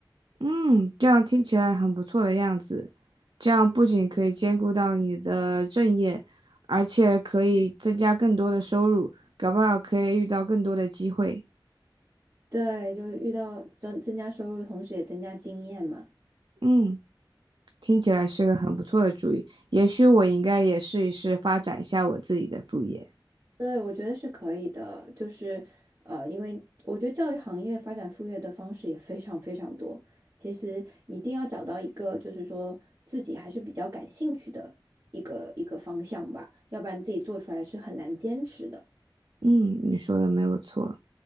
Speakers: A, on the right; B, on the right.
A: 嗯，这样听起来很不错的样子。这样不仅可以兼顾到你的正业，而且可以增加更多的收入，搞不好可以遇到更多的机会。
B: 对，就遇到增增加收入，同时也增加经验嘛。
A: 嗯，听起来是个很不错的主意，也许我应该也试一试发展一下我自己的副业。
B: 对，我觉得是可以的，就是呃，因为我觉得教育行业发展副业的方式也非常非常多。其实一定要找到一个，就是说自己还是比较感兴趣的一个一个方向吧，要不然自己做出来是很难坚持的。
A: 嗯，你说的没有错，